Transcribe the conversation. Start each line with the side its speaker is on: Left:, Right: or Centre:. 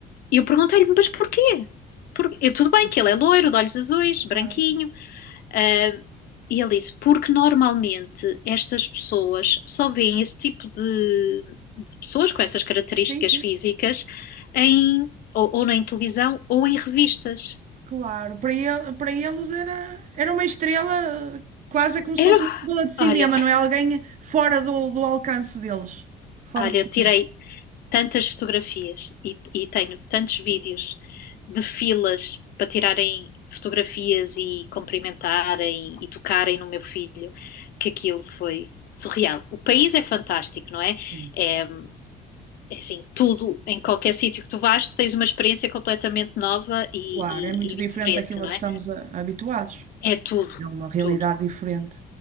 Left: eu perguntei-lhe, mas porquê? Por- eu, tudo
Right: Sim,
Left: bem que ele é loiro, de olhos azuis, branquinho,
Right: claro.
Left: ah, e ele disse, porque normalmente estas pessoas só veem esse tipo de, de pessoas com essas características
Right: Sim, sim,
Left: físicas em, ou, ou na televisão ou em revistas.
Right: claro. Para ele, para eles era, era uma estrela, quase é como se
Left: Era
Right: fosse uma estrela de cinema,
Left: Olha,
Right: não é? Alguém fora do, do alcance deles, fora
Left: olha,
Right: do comum.
Left: eu tirei tantas fotografias e, e tenho tantos vídeos de filas para tirarem fotografias e cumprimentarem e tocarem no meu filho, que aquilo foi surreal. O país é fantástico, não é?
Right: Sim.
Left: É, é assim, tudo, em qualquer sítio que tu vais, tu tens uma experiência completamente nova e,
Right: Claro, é muito
Left: e- e
Right: diferente
Left: diferente,
Right: daquilo
Left: não
Right: a que
Left: é?
Right: estamos a- habituados.
Left: É tudo,
Right: É uma realidade
Left: tudo.
Right: diferente.